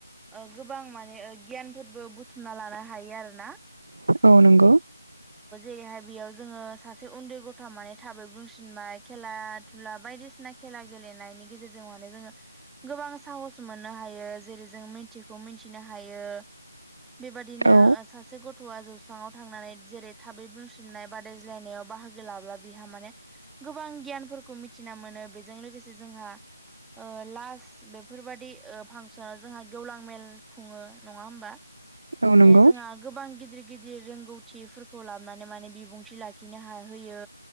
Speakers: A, in the centre; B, on the right (about 40°).
A: ओ गोबां माने ओ गियानफोरबो बु थुमना लान हायो आरोना।
B: औ नंगौ
A: एहाय बेयाव जोङो सासे उन्दै गथा माने थाबै बुंसिनबाय खेला धुला बायदिसिना खेल ला गेलेनायनि गेजेरजों माने जोङो गोबां साहस मोन नो हायो जेरै जों मिथिखौ मिथिनो हायो। बेबादिनो
B: औ
A: ओ सासे गथ'आ जौस्राङाव थांनानै जेरै बुंसिबनाय बादायज्लायनायाव बाहागो लाब्ला बिहा माने गोबां गियानफोरखौ मिथिना मोनो बेजो जों लोगोसे जोंहा ओ लास्ट बेफोरबादि फांसनाव जोंहा गेवलां मेल खुङो नङा होमबा?
B: औ नंगौ
A: बे जोंहा गोबां गिदिर गिदिर रोंगौथिफोर खौ लाबनानै माने बिबुंथि लाखिनो हा होयो